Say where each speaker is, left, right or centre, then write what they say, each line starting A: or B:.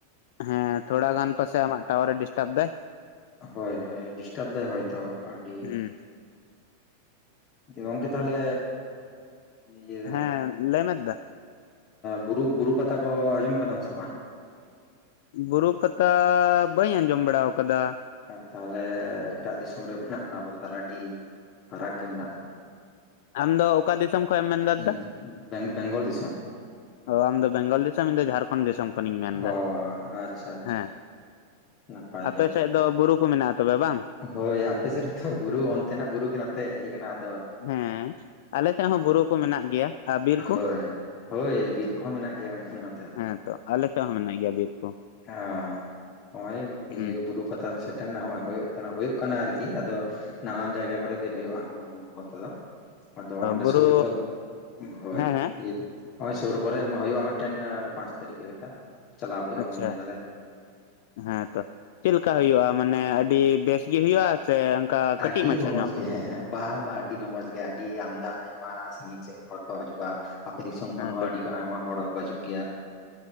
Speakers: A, on the left (about 55°); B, on the left (about 35°).
A: ᱦᱮᱸ ᱛᱷᱚᱲᱟ ᱜᱟᱱ ᱯᱟᱥᱮ ᱟᱢᱟᱜ ᱴᱟᱣᱟᱨ ᱮ ᱰᱤᱥᱴᱟᱯ ᱫᱟᱭ
B: ᱦᱳᱭ ᱦᱳᱭ ᱰᱤᱥᱴᱟᱯ ᱫᱟᱭ ᱦᱚᱭᱛᱚ ᱟᱹᱰᱤ
A: ᱦᱩᱸ
B: <unintelligible> ᱜᱚᱢᱠᱮ ᱛᱟᱦᱞᱮ ᱤᱭᱟᱹ
A: ᱦᱮᱸ ᱞᱟᱹᱭ ᱢᱮ ᱫᱟ
B: ᱵᱩᱨᱩ ᱵᱩᱨᱩ ᱯᱟᱛᱟ ᱠᱚ ᱟᱸᱡᱚᱢ ᱟᱠᱟᱫᱟᱢ ᱥᱮ ᱵᱟᱝ
A: ᱵᱩᱨᱩ ᱯᱟᱛᱟ ᱵᱟᱹᱧ ᱟᱸᱡᱚᱢ ᱵᱟᱲᱟ ᱟᱠᱟᱫᱟ
B: ᱛᱟᱦᱚᱞᱮ ᱮᱴᱟᱜ ᱫᱤᱥᱚᱢ ᱨᱮ ᱢᱮᱱᱟᱜ ᱵᱚᱱᱟ ᱟᱵᱚ ᱫᱚ ᱛᱟᱦᱚᱞᱮ ᱟᱹᱰᱤ ᱯᱷᱟᱨᱟᱠ ᱜᱮ ᱢᱮᱱᱟᱜ ᱵᱚᱱᱟ
A: ᱟᱢ ᱫᱚ ᱚᱠᱟ ᱫᱤᱥᱚᱢ ᱠᱷᱚᱭᱮᱢ ᱢᱮᱱ ᱫᱟᱫᱟ
B: ᱤᱧ ᱵᱮᱝ ᱵᱮᱝᱜᱚᱞ ᱫᱤᱥᱚᱢ
A: ᱚ ᱟᱢ ᱫᱚ ᱵᱮᱝᱜᱚᱞ ᱫᱤᱥᱚᱢ ᱤᱧ ᱫᱚ ᱡᱷᱟᱲᱠᱷᱚᱸᱰ ᱫᱤᱥᱚᱢ ᱠᱷᱚᱱᱤᱧ ᱢᱮᱱᱫᱟ
B: ᱚ ᱟᱪᱪᱷᱟ ᱟᱪᱪᱷᱟ
A: ᱦᱮᱸ
B: ᱱᱟᱯᱟᱭ
A: ᱟᱯᱮ
B: ᱜᱮ
A: ᱥᱮᱫ ᱫᱚ ᱵᱩᱨᱩ ᱠᱚ ᱢᱮᱱᱟᱜᱼᱟ ᱛᱚᱵᱮ ᱵᱟᱝ
B: ᱦᱳᱭ ᱟᱯᱮ ᱥᱮᱫ ᱦᱚᱸ ᱛᱚ ᱵᱩᱨᱩ ᱚᱱᱛᱮᱱᱟᱜ ᱵᱩᱨᱩ ᱜᱮ ᱱᱚᱛᱮ ᱦᱮᱡ ᱟᱠᱟᱱᱟ ᱟᱫᱚ
A: ᱦᱮᱸ ᱟᱞᱮ ᱥᱮᱫ ᱦᱚᱸ ᱵᱩᱨᱩ ᱠᱚ ᱢᱮᱱᱟᱜ ᱜᱮᱭᱟ ᱟᱨ ᱵᱤᱨ ᱠᱚ
B: ᱦᱳᱭ, ᱦᱳᱭ ᱵᱤᱨ ᱠᱚᱦᱚᱸ ᱢᱮᱱᱟᱜ ᱜᱮᱭᱟ ᱢᱮᱱᱠᱷᱟᱱ ᱱᱚᱛᱮ ᱦᱚᱸ
A: ᱦᱮᱸ ᱛᱚ ᱟᱞᱮ ᱥᱮᱫ ᱦᱚᱸ ᱢᱮᱱᱟᱜ ᱜᱮᱭᱟ ᱵᱤᱨ ᱠᱚ
B: ᱦ ᱱᱚᱜᱼᱚᱭ
A: ᱦᱩᱸ
B: ᱤᱭᱟᱹ ᱵᱩᱨᱩ ᱯᱟᱛᱟ ᱥᱮ- -ᱴᱮᱨᱱᱟ ᱦᱩᱭᱩᱜ ᱠᱟᱱᱟ ᱟᱨᱠᱤ ᱟᱫᱚ ᱱᱟᱱᱟᱱ ᱡᱟᱭᱜᱟ ᱠᱚᱨᱮ ᱜᱮ ᱦᱩᱭᱩᱜᱼᱟ ᱵᱩᱨᱩ ᱯᱟᱛᱟ ᱫᱚ ᱟᱫᱚ ᱚᱸᱰᱮ
A: ᱵᱩᱨᱩ
B: ᱥᱩᱨ ᱠᱚ ᱦᱳᱭ
A: ᱦᱮᱸ ᱦᱮᱸ
B: ᱦᱳᱭ ᱥᱩᱨ ᱠᱚᱨᱮ ᱦᱩᱭᱩᱜᱼᱟ ᱢᱤᱫᱴᱮᱱ ᱯᱟᱸᱪ ᱛᱟ. ᱨᱤᱠ ᱞᱮᱠᱟ ᱪᱟᱞᱟᱣ ᱦᱩᱭᱩᱜᱼᱟ
A: ᱟᱪᱪᱷᱟ
B: ᱢᱚᱱᱮᱭᱮᱫᱟᱞᱮ
A: ᱦᱮᱸᱛᱚ ᱪᱮᱫ ᱞᱮᱠᱟ ᱦᱩᱭᱩᱜᱼᱟ ᱢᱟᱱᱮ ᱟᱹᱰᱤ ᱵᱮᱥ ᱜᱮ ᱦᱩᱭᱩᱜᱼᱟ ᱥᱮ ᱚᱱᱠᱟ ᱠᱟᱹᱴᱤᱡ
B: ᱟᱹᱰᱤ
A: ᱢᱟᱪᱷᱟ
B: ᱨᱚᱢᱚᱡᱽ
A: ᱧᱚᱜ
B: ᱜᱮ ᱦᱮᱸ ᱦᱮᱸ ᱵᱟ ᱵᱟᱝ ᱟᱹᱰᱤ ᱨᱚᱢᱚᱡᱽ ᱜᱮᱭᱟ ᱟᱹᱰᱤ ᱟᱢᱫᱟ ᱟᱭᱢᱟ ᱥᱟ. ᱜᱤᱧ ᱥᱟ. ᱜᱤᱧ ᱦᱚᱲ ᱠᱚ ᱦᱤᱡᱩᱜᱼᱟ ᱟᱯᱮ ᱫᱤᱥᱚᱢ ᱠᱷᱚᱱ
A: ᱦᱮᱸ
B: ᱦᱚᱸ
A: ᱛᱚ
B: ᱟᱹᱰᱤ ᱟᱭᱢᱟ ᱦᱚᱲ ᱦᱚᱸ ᱠᱚ ᱦᱤᱡᱩᱜ ᱜᱮᱭᱟ